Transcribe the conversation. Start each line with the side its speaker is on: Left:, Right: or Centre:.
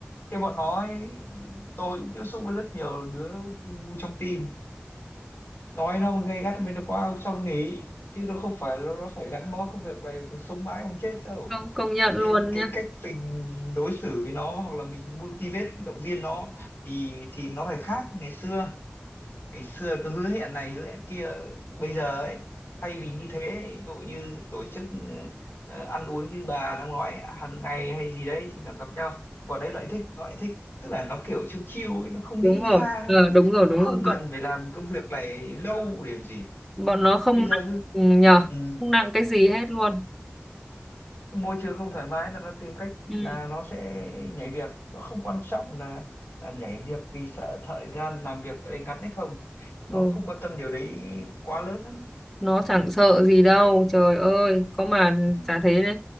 Left: cái bọn nó ấy, tôi cũng tiếp xúc với rất nhiều đứa trong team nói nó gay gắt với nó quá sau nó nghỉ chứ nó không phải nó, nó phải gắn bó công việc này bằng sống mãi bằng chết đâu
Centre: không công nhận
Left: nên
Centre: luôn
Left: cái
Centre: nhá
Left: cách mình đối xử với nó hoặc là mình motivate động viên nó thì thì nó phải khác ngày xưa ngày xưa cứ hứa hẹn này hứa hẹn kia bây giờ ấy thay vì như thế ví dụ như tổ chức ờ, ăn uống như bà đang nói hàng ngày hay gì đấy thì thường gặp nhau còn đấy nó lại thích nó lại thích tức là nó kiểu chill chill ấy, nó không
Centre: đúng
Left: nghĩ
Centre: rồi
Left: xa đâu
Centre: ờ, đúng rồi
Left: nó
Centre: đúng
Left: không
Centre: rồi
Left: cần
Centre: bọn,
Left: phải làm công việc này lâu để làm gì
Centre: bọn nó không
Left: bây
Centre: nặng,
Left: giờ cứ
Centre: ừ, nhờ
Left: ừ,
Centre: không nặng cái gì hết luôn
Left: cái môi trường không thoải mái là nó tìm cách là
Centre: ừ.
Left: nó sẽ nhảy việc nó không quan trọng là là nhảy việc vì sợ thời gian làm việc ở đây ngắn hay không nó
Centre: ừ.
Left: không quan tâm điều đấy quá lớn
Centre: nó chẳng sợ gì đâu trời ơi có mà
Left: ừ,
Centre: chả thế đấy